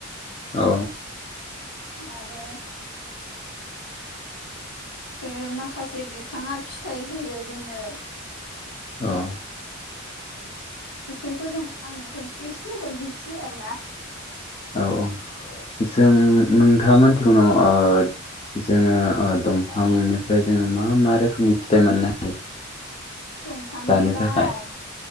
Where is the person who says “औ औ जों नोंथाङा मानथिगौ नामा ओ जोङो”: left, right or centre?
Left